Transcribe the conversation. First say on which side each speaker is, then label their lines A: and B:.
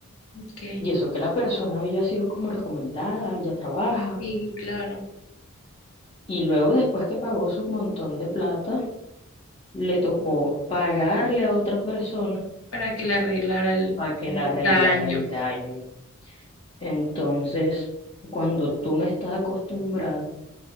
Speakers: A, on the left (about 70°); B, on the left (about 25°).
A: Ok,
B: Y eso que la persona había sido como recomendada, ya trabaja.
A: y claro,
B: Y luego después que pagó su montón de plata, le tocó pagarle a otra persona
A: para que le arreglara el,
B: para que
A: el
B: le arreglara
A: daño.
B: el daño. Entonces, cuando tú no estás acostumbrada